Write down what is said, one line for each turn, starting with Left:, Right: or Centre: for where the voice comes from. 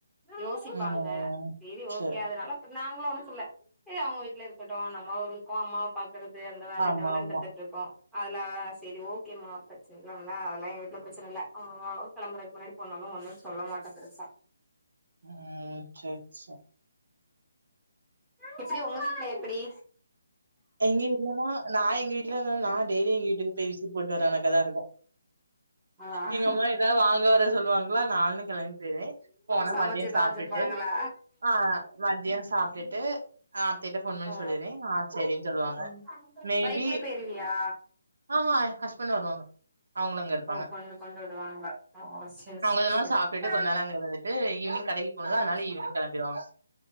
Centre: யோசிப்பாங்க
Right: ம்
Centre: சேரி ஓகே
Right: சரி.
Centre: அதனால நாங்ளு ஒண்ணு ல்ல சேரி அவுங்க வீட்ல இருக்கட்டு நம்மவும் இருக்கோ அம்மாவ பாக்கறது அந்த வேல
Right: ஆமா
Centre: இந்த வேலன்னு
Right: ஆமா.
Centre: இருந்துட்டு இருக்கோ அதுலா செரி ஓகேம்மா ப்ரச்சன இல்லாமலா அதெல்லா எங்க வீட்ல பிரச்சன இல்ல அ கெலமுறக்கு முன்னாடி ஃபோன் ஒன்னு சொல்ல மாட்ட பெருசா
Right: ம் செரி செரி
Centre: எப்டி ஒங்க வீட்ல எப்புடி
Right: எங்க வீட்லலா நா எங்க வீ இல்லல்ல நா டெய்லி எங்க வீட்டுக்கு போய் விசிட் போட்டு வர கணக்கதா இருக்கு
Centre: ஆ
Right: எங்க அம்மா ஏதா வாங்க வர சொல்லுவாங்ளா நானு கெளம்பி போய்டுவே போனா
Centre: சமைச்சுதா
Right: மதிய சாப்டுட்டு
Centre: வச்சிருப்பாங்களா
Right: ஆ மதிய சாப்டுட்டு ஆத்தைட்ட ஃபோன் பண்ணி
Centre: ஓ
Right: சொல்லிருவே சேரினு சொல்வாங்க
Centre: ம்
Right: மேபி
Centre: பைக்லயே போயிருவியா
Right: ஆஹ்ஹா <unintelligible> அவுங்களு அங்க இருப்பாங்க
Centre: ஓ கொண்டு கொண்டு விடுவாங்க ஓ செரி
Right: அவங்களு
Centre: செரி
Right: அங்க
Centre: செரி
Right: சாப்ட்டு
Centre: ம்
Right: கொஞ்ச நேர அங்க இருந்துட்டு ஈவ்னிங் கடைக்கு போனும்ல
Centre: ம்
Right: ஆதனால ஈவ்னிங் கெளம்பிடுவாங்க